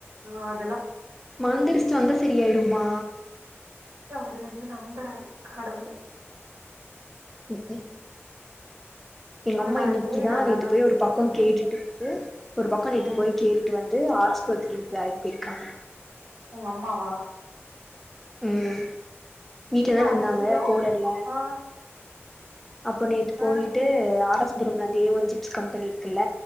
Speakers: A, on the right; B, in the centre.
A: வந்.
B: மாந்துரிச்சுட்டு வந்தா செரியாயிடுமா.
A: அது வந்து நம்புறாரு. கடவுள.
B: உம் உ. எங்க அம்மா
A: நா
B: இன்னிக்குதா
A: சேரி நல்லானா
B: நேத்து போய் ஒரு பக்கோ கேட்டுட்டு வந்து ஒரு பக்கோ நேத்து
A: ம்
B: போய் கேட்டுட்டு வந். த்து ஆஸ்பத்திரிக்கு வேலைக்கு போயிருக்காங்க.
A: உங்க அம்மாவா.
B: உஹம். வீட்லதான
A: என்ன அதிசயோ
B: இருந்தாங்க போலல்ல.
A: ஆ
B: அப்ப நேத்து போயிட்டு
A: ஆ
B: அரச். <unintelligible> சிப்ஸ் கம்பெனிருக்குல்ல.